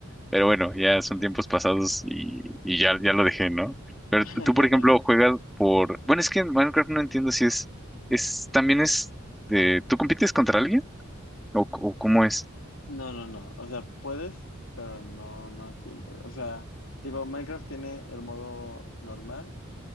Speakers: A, in the centre; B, on the left.
A: pero bueno, ya son tiempos pasados y, y ya, ya lo dejé, ¿no? Pero
B: <laughs>
A: t- tú, por ejemplo, juegas por, bueno, es que en Minecraft no entiendo si es, es, también es, eh, ¿tú compites contra alguien? ¿O, o cómo es?
B: No, no, no. O sea, puedes, pero no, no siempre. O sea, tipo, Minecraft tiene el modo normal,